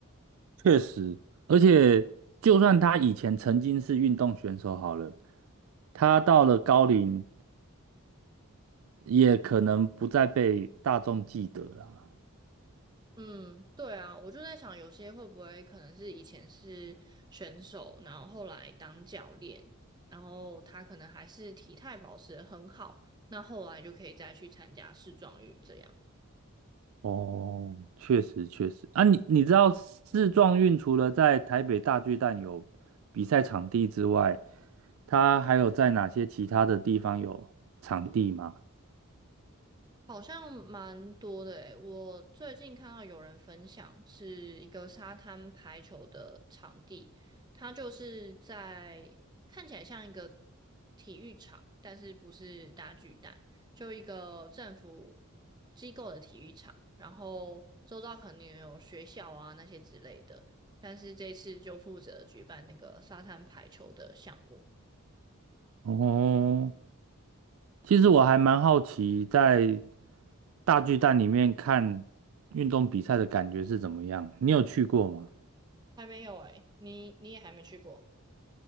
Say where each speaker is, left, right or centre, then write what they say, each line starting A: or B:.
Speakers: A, on the right; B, on the right.
A: 确实，而且就算他以前曾经是运动选手好了，他到了高龄也可能不再被大众记得啦。
B: 嗯，对啊，我就在想，有些会不会可能是以前是选手，然后后来当教练，然后他可能还是体态保持得很好，那后来就可以再去参加世壮运这样。
A: 哦，确实确实啊，你你知道世撞运除了在台北大巨蛋有比赛场地之外，它还有在哪些其他的地方有场地吗？
B: 好像蛮多的诶，我最近看到有人分享是一个沙滩排球的场地，它就是在看起来像一个体育场，但是不是大巨蛋，就一个政府机构的体育场，然后周遭可能也有学校啊那些之类的，但是这次就负责举办那个沙滩排球的项目，
A: 哦，其实我还蛮好奇，在大巨蛋里面看运动比赛的感觉是怎么样？你有去过吗？
B: 还没有诶，你你也还没去过。